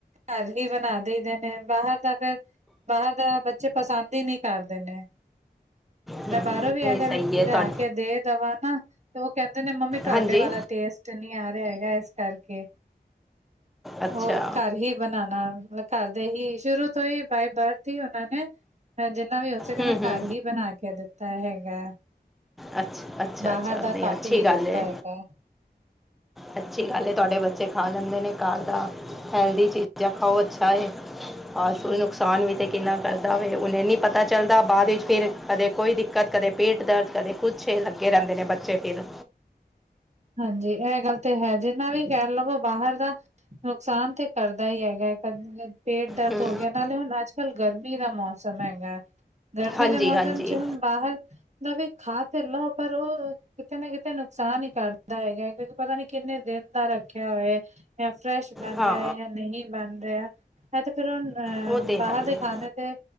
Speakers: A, on the right; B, in the centre.
A: ਘਰ ਹੀ ਬਣਾ ਦੇਦੇ ਨੇ ਬਾਹਰ ਤਾਂ। ਫਿਰ ਬਾਹਰ ਦਾ ਬੱਚੇ ਪਸੰਦ ਹੀ ਨਹੀ ਕਰਦੇ ਨੇ
B: ਹੂੰ
A: ਮੈਂ ਬਾਹਰੋਂ ਵੀ
B: ਨਹੀਂ
A: ਅਗਰ
B: ਸਹੀ ਹੈ
A: ਲਿਆ
B: ਤੁਹਾ
A: ਕੇ ਦੇ ਦਵਾਂ ਨਾ ਉਹ ਕਹਿੰਦੇ ਨੇ ਮੰਮੀ ਤੁਹਾਡੇ
B: ਹਾਂਜੀ
A: ਵਾਲਾ ਟੇਸਟ ਨਹੀ ਆ ਰਿਹਾ ਹੈਗਾ ਇਸ ਕਰਕੇ
B: ਅੱਛਾ
A: ਉਹ ਘਰ ਹੀ ਬਣਾਉਣਾ ਮਤਲ ਘਰ ਦੇ ਹੀ ਸ਼ੁਰੂ ਤੋਂ ਹੀ ਬਾਏ ਬਰਥ ਹੀ ਉਹਨਾਂ ਨੇ ਮੈ ਜਿੰਨਾ ਵੀ ਹੋ ਸਕੇ
B: ਹੂੰ
A: ਮੈਂ
B: ਹੂੰ
A: ਘਰ ਹੀ ਬਣਾ ਕੇ ਦਿੱਤਾ ਹੈਗਾ
B: ਅੱਛਾ ਅੱਛਾ
A: ਬਾਹਰ
B: ਅੱਛਾ
A: ਦਾ
B: ਨਹੀਂ
A: ਘੱਟ
B: ਅੱਛੀ
A: ਹੀ
B: ਗੱਲ
A: ਦਿੱਤਾ
B: ਹੈ
A: ਹੈਗਾ।
B: ਅੱਛੀ ਗੱਲ ਹੈ ਤੁਹਾਡੇ ਬੱਚੇ ਖਾ ਲੈਂਦੇ ਨੇ ਘਰ ਦਾ ਹੈਲਦੀ ਚੀਜ਼ ਆ ਖਾਓ ਅੱਛਾ ਹੈ। ਆ ਨੁਕਸਾਨ ਵੀ ਤੇ ਕਿੰਨਾ ਕਰਦਾ ਵੇਖ, ਹੁਣੇ ਨੀ ਪਤਾ ਚੱਲਦਾ ਬਾਅਦ ਵਿੱਚ ਫਿਰ ਕਦੇ ਕੋਈ ਕ ਕਦੇ ਪੇਟ ਦਰਦ, ਕਦੇ ਕੁੱਛ ਏ ਲੱਗੇ ਰਹਿੰਦੇ ਨੇ ਬੱਚੇ ਫਿਰ।
A: ਹਾਂਜੀ ਇਹ ਗੱਲ ਤੇ ਹੈ ਜਿੰਨਾ ਵੀ ਕਹਿ ਲਵੋ ਬਾਹਰ ਦਾ ਨੁਕਸਾਨ ਤੇ ਕਰਦਾ ਹੀ ਹੈਗਾ, ਕਦੇ ਪੇਟ ਦਰਦ
B: ਹੂੰ
A: ਹੋ ਗਿਆ, ਨਾਲੇ ਹੁਣ ਅੱਜ ਅੱਜ ਕਲ ਗਰਮੀ ਦਾ ਮੌਸਮ ਹੈਗਾ ਐ, ਗਰਮੀ
B: ਹਾਂਜੀ
A: ਦੇ ਮੌਸਮ
B: ਹਾਂਜੀ
A: ਚ ਹੁਣ ਬਾਹਰ ਜਿੰਨਾ ਵੀ ਖਾ ਤੇ ਲਓ। ਪਰ ਉਹ ਕਿਤੇ ਨਾ ਕਿਤੇ ਨੁਕਸਾਨ ਹੀ ਕਰ। ਹੁੰਦਾ ਹੈਗਾ ਐ। ਕਿਉਂਕਿ ਪਤਾ ਨੀ ਕਿੰਨੇ ਦਿਨ ਦਾ ਰੱਖਿਆ ਹੋਇਆ ਏ। ਜਾਂ ਫਰੈਸ਼ ਬਣ
B: ਹਾਂ
A: ਰਿਹਾ ਜਾਂ ਨਹੀਂ ਬਣ ਰਿਹਾ ਐ ਤੇ ਫਿਰ ਉਹ ਅਹ
B: ਉਹ ਤਾਂ
A: ਬਾਹਰ
B: ਹੈ ਹੀ
A: ਦੇ
B: ਹੈ
A: ਖਾਣੇ ਤੇ